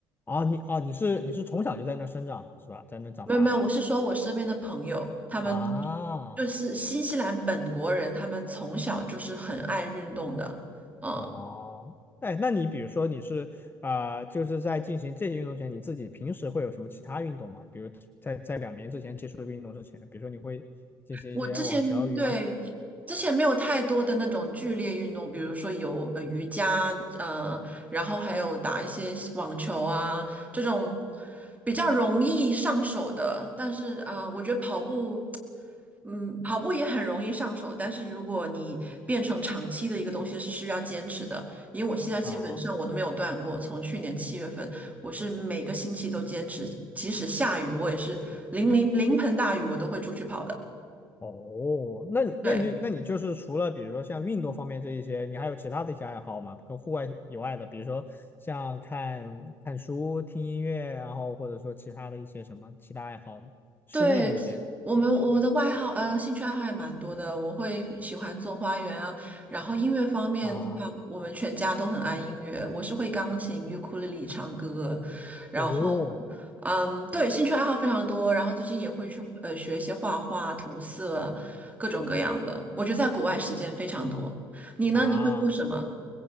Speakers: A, on the left (about 20°); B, on the right (about 15°).
A: 哦，你哦，你是你是从小就在那儿生长的是吧？在那儿长大的
B: 没有没有，我是说我身边的朋友，他们
A: 啊，
B: 就是新西兰本国人，他们从小就是很爱运动的。嗯，
A: 哦，哎，那你比如说你是啊，就是在进行这些运动前，你自己平时会有什么其他运动吗？比如在在两年之前接触这个运动之前，比如说你会进行一些网球、
B: 我之前对之前没有太多的那种剧烈运动，
A: 羽毛球
B: 比如说有呃瑜伽，呃，然后还有打一些网球啊这种比较容易上手的。但是啊、呃我觉得跑步。嗯，跑步也很容易上手，但是如果你变成长期的一个东西，是需要坚持的。因为我现在基本上我都没有断过，
A: 啊
B: 从去年七月份，我是每个星期都坚持，即使下雨，我也是淋淋淋盆大雨，我都会出去跑的。
A: 哦，那你那你那你就是除了比如说像运动方面这一些，
B: 对，
A: 你还有其他的一些爱好吗？跟户外以外的，比如说像看看书、听音乐，然后或者说其他的一些什么其他爱好吗？室内的一些
B: 对，我们我的外号，呃，兴趣爱好也蛮多的。我会喜欢做花园啊，然后音乐方面的话，
A: 啊，
B: 我们全家都很爱音乐。我是会钢琴、尤克里里、唱歌，然后，
A: 哦
B: 嗯，对，兴趣爱好非常多。然后最近也会去呃学一些画画、涂色，各种各样的。我觉得在国外时间非常多。你呢？
A: 啊。
B: 你会做什么？